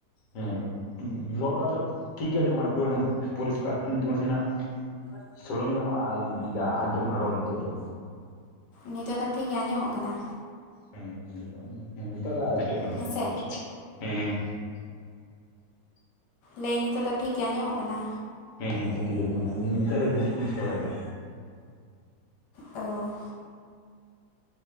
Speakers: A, on the left; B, on the left.
A: ᱦᱮᱸ ᱱᱚᱭᱟ <unintelligible> ᱫᱚ ᱴᱷᱤᱠ ᱜᱮ ᱟᱸᱡᱚᱢᱚᱜ ᱠᱟᱱᱟ ᱮᱠᱚᱫᱚᱢ ᱯᱚᱨᱤᱥᱠᱟᱨ ᱠᱤᱱᱛᱩ ᱱᱟᱥᱮ ᱱᱟᱜ ᱥᱳᱞᱳ ᱧᱚᱜ ᱮᱢᱟ ᱟᱸᱡᱚᱜ <unintelligible> ᱨᱚᱲ ᱛᱮᱫᱚ
B: ᱱᱤᱛᱚᱜ ᱫᱚ ᱴᱷᱤᱠ ᱜᱮ ᱟᱸᱡᱚᱢᱚᱜ ᱠᱟᱱᱟ
A: ᱦᱮᱸ ᱦᱮᱸ ᱱᱤᱛᱚᱜ ᱫᱚ ᱦᱤᱡᱩᱜ ᱠᱟᱱᱟ
B: ᱦᱮᱸᱥᱮ
A: ᱦᱮᱸ ᱦᱮᱸ
B: ᱞᱟᱹᱭ ᱱᱤᱛᱚᱜ ᱫᱚ ᱴᱷᱤᱠ ᱜᱮ ᱟᱸᱡᱚᱢᱚᱜ ᱠᱟᱱᱟ
A: ᱦᱮᱸ ᱦᱮᱸ ᱱᱤᱛᱚᱜ ᱴᱷᱤᱠ ᱜᱮ ᱟᱸᱡᱚᱢᱚᱜ ᱠᱟᱱᱟ <unintelligible> ᱞᱟᱹᱭᱫᱟᱹᱧ ᱱᱤᱛᱚᱜ ᱫᱚ ᱢᱮ ᱪᱮᱫ ᱠᱚᱢ ᱪᱤᱠᱟᱹ ᱵᱟᱲᱟᱭᱮᱫᱟ
B: ᱚᱻ